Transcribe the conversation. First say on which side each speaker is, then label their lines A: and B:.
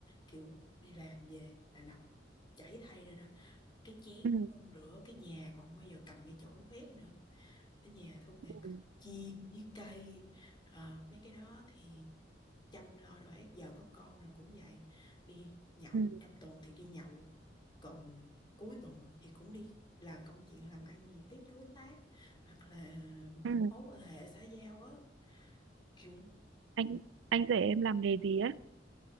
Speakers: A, on the left; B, on the right.
A: kiểu đi làm về là nằm chảy thay rồi đó cái chén
B: ừ
A: cũng không rửa cái nhà còn không bao giờ cầm cái chổi quét nữa ở nhà thuốc nè
B: ừ
A: chim với cây ờ, mấy cái đó thì chăm lo đồ ấy giờ có con rồi cũng vậy đi nhậu
B: ừ
A: trong tuần thì đi nhậu còn cuối tuần thì cũng đi là công chuyện làm ăn gì tiếp đối tác hoặc là
B: ừ
A: mối quan hệ xã giao á kiểu
B: anh anh rể em làm nghề gì á